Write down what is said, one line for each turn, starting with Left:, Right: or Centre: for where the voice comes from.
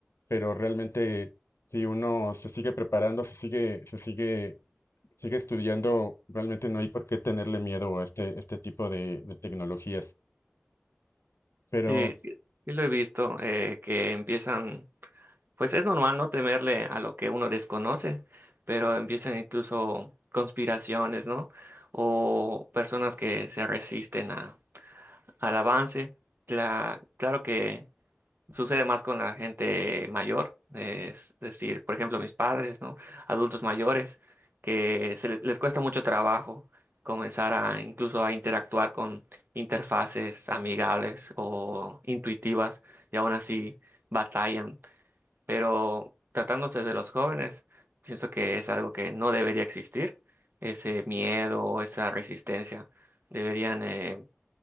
Left: pero realmente si uno se sigue preparando, se sigue, se sigue Sigue estudiando, realmente no hay por qué tenerle miedo a este, este tipo de, de tecnologías. Pero
Right: Sí, sí, sí lo he visto, eh, que empiezan Pues es normal no temerle a lo que uno desconoce, pero empiezan incluso conspiraciones, ¿no? O personas que se resisten a, al avance. Cla- claro que sucede más con la gente mayor, es decir, por ejemplo, mis padres, ¿no? Adultos mayores, que se le- les cuesta mucho trabajo comenzar a incluso a interactuar con interfaces amigables o intuitivas y aún así batallan pero tratándose de los jóvenes, pienso que es algo que no debería existir, ese miedo o esa resistencia. Deberían, eh,